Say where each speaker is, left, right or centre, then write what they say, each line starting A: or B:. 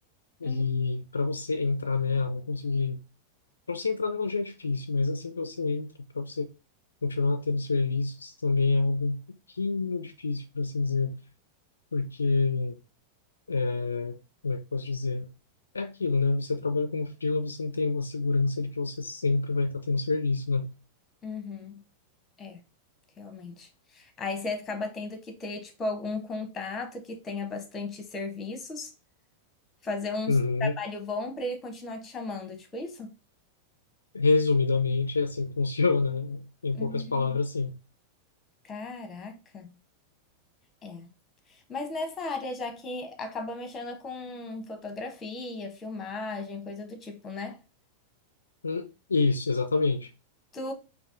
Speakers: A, on the left (about 70°); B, on the left (about 20°).
A: E
B: Hum,
A: para você entrar nela, conseguir. Para você entrar nela já é difícil, mas assim que você entra, para você continuar tendo serviços, também é algo um pouquinho difícil, por assim dizer, porque É, como é que eu posso dizer? É aquilo, né? Você trabalha como freela, você não tem uma segurança de que você sempre vai estar tendo serviço, né?
B: uhum. É, realmente. Aí você acaba tendo que ter, tipo, algum contato que tenha bastante serviços, fazer um
A: Uhum.
B: trabalho bom para ele continuar te chamando, tipo isso?
A: Resumidamente, é assim que funciona, né? Em
B: Hum,
A: poucas palavras, sim.
B: caraca. É. Mas nessa área, já que acaba mexendo com fotografia, filmagem, coisa do tipo, né?
A: Hum, Isso, exatamente.
B: Tu